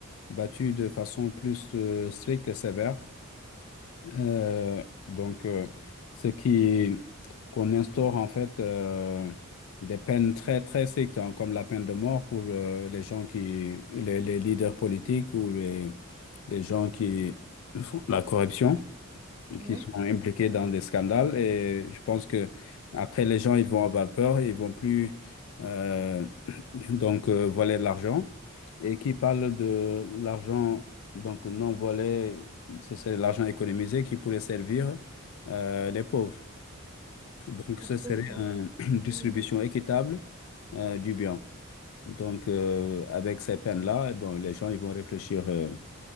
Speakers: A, on the left (about 70°); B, on the right (about 15°).
A: battue de façon plus euh, stricte et sévère. Euh, donc, euh, ce qui qu'on instaure en fait euh, des peines très très strictes, hein, comme la peine de mort pour euh, les gens qui, les, les leaders politiques ou les, les gens qui font la corruption,
B: Oui,
A: qui sont impliqués dans des scandales. Et je pense que après les gens ils vont avoir peur, ils vont plus euh, donc euh, volet de l'argent, et qui parle de l'argent, donc non volet, ce serait l'argent économisé qui pourrait servir euh, les pauvres. Donc ce
B: absolument.
A: serait un- <clears throat> une distribution
B: Bonne idée.
A: équitable euh, du bien. Donc euh, avec ces peines-là, eh bon, les gens ils vont réfléchir euh,